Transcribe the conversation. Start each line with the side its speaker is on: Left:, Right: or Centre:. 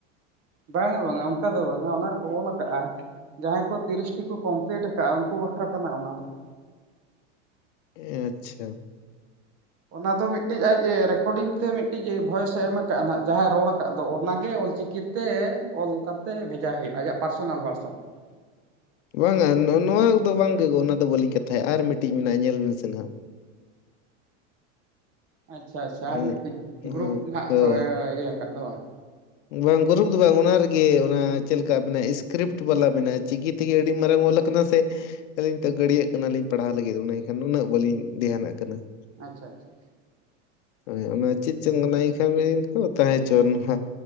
Right: ᱵᱟᱝᱟ ᱵᱟᱝᱟ ᱚᱱᱠᱟ ᱫᱚ ᱵᱟᱝᱟ, ᱚᱱᱟ ᱨᱮᱠᱚ ᱚᱞ ᱠᱟᱜᱼᱟ᱾ ᱡᱟᱦᱟᱸᱭ ᱠᱚ ᱛᱤᱨᱤᱥᱴᱤ ᱠᱚ ᱠᱚᱢᱯᱞᱤᱴ ᱠᱟᱜᱼᱟ, ᱩᱱᱠᱩ ᱵᱟᱠᱷᱨᱟ ᱠᱟᱱᱟ ᱚᱱᱟ ᱫᱚ ᱾
Left: ᱮᱸᱻ ᱟᱪᱪᱷᱟ᱾
Right: ᱚᱱᱟ ᱫᱚ ᱢᱤᱫᱴᱤᱡ ᱟᱡ ᱨᱮᱠᱚᱨᱰᱤᱝ ᱛᱮ ᱢᱤᱫᱴᱤᱡ ᱵᱷᱚᱭᱮᱥᱮ ᱮᱢ ᱠᱟᱜᱼᱟ, ᱱᱟᱦᱟᱜ ᱡᱟᱦᱟᱸᱭ ᱨᱚᱲ ᱟᱠᱟᱫ ᱫᱚ ᱚᱱᱟᱜᱮ ᱚᱞᱪᱤᱠᱤ ᱛᱮ ᱚᱞ ᱠᱟᱛᱮ ᱵᱷᱮᱡᱟ ᱦᱳᱭᱳᱜᱼᱟ, ᱟᱭᱟᱜ ᱯᱟᱨᱥᱚᱱᱟᱞ ᱦᱳᱣᱟᱴᱥᱟᱯ ᱨᱮ ᱾
Left: ᱵᱟᱝᱟ ᱱᱚ ᱱᱚᱣᱟ ᱠᱚᱫᱚ ᱵᱟᱝᱜᱮ ᱜᱳ ᱚᱱᱟ ᱫᱚ ᱵᱟᱹᱞᱤᱧ ᱠᱟᱛᱷᱟᱭᱮᱜ-ᱟ, ᱟᱨ ᱢᱤᱫᱴᱤᱡ ᱢᱮᱱᱟᱜᱼᱟ ᱧᱮᱞ ᱵᱤᱱ ᱥᱮ ᱱᱟᱦᱟᱸᱜ?
Right: ᱟᱪᱪᱷᱟ ᱟᱪᱪᱷᱟ
Left: ᱦᱮᱸ
Right: ᱟᱨ ᱢᱤᱫᱴᱮᱡ, ᱜᱨᱩᱯ ᱱᱟᱦᱟᱜ
Left: ᱦᱳᱭ
Right: ᱠᱚ ᱤᱭᱟᱹ ᱠᱟᱫᱴᱜ ᱫᱚ ᱵᱟᱝ?
Left: ᱵᱟᱝ ᱜᱩᱨᱩᱯ ᱫᱚ ᱵᱟᱝ ᱚᱱᱟ ᱨᱮᱜᱮ ᱚᱱᱟ, ᱪᱮᱞᱮᱠᱟ ᱢᱮᱱᱟᱜ ᱤᱥᱠᱨᱤᱯᱴ ᱵᱟᱞᱟ ᱢᱮᱱᱟᱜᱼᱟ ᱪᱤᱠᱤ ᱛᱮᱜᱮ ᱟᱹᱰᱤ ᱢᱟᱨᱟᱝ ᱚᱞ ᱠᱟᱱᱟ ᱥᱮ ᱟᱹᱞᱤᱧ ᱛᱚ ᱜᱟᱹᱲᱤᱭᱟᱹᱜ ᱠᱟᱱᱟᱞᱤᱧ ᱯᱟᱲᱦᱟᱣ ᱞᱟᱹᱜᱤᱫ, ᱮᱱᱠᱷᱟᱱ ᱩᱱᱟᱹᱜ ᱵᱟᱹᱞᱤᱧ ᱫᱷᱮᱭᱟᱱᱟᱜ ᱠᱟᱱᱟ ᱾
Right: ᱟᱪᱪᱷᱟ, ᱟᱪᱪᱷᱟ᱾
Left: ᱦᱳᱭ ᱚᱱᱟ ᱪᱮᱫ ᱪᱚᱝ <unintelligible> <unintelligible> ᱛᱟᱦᱮᱸ ᱦᱚᱪᱚ ᱦᱟᱸ